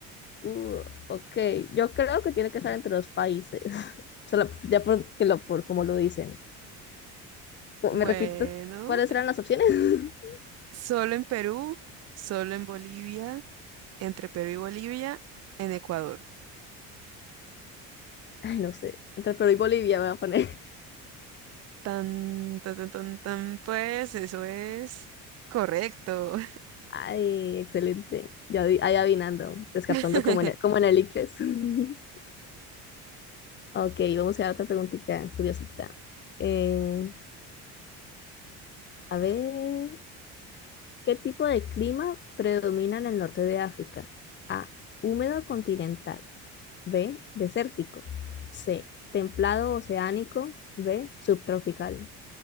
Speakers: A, on the left (about 35°); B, on the right (about 50°).
A: Uh, ok, yo creo que tiene que estar entre los países. <laughs> Solo, ya por, que lo, por como lo dicen.
B: Bueno,
A: ¿Me repito, cuáles eran las opciones? <laughs>
B: solo en Perú, solo en Bolivia, entre Perú y Bolivia, en Ecuador.
A: Ay, no sé. Entre Perú y Bolivia me voy a poner.
B: Tan, tan, tan, tan, tan, pues eso es correcto.
A: Ay, excelente. Yo adi- ahí adivinando, descartando
B: <laughs>
A: como en el, como en el ICFES. <laughs> Ok, vamos a dar otra preguntita curiosita. Eh, a ver, ¿qué tipo de clima predomina en el norte de África? A, húmedo continental. B, desértico. C, templado oceánico. B, subtropical.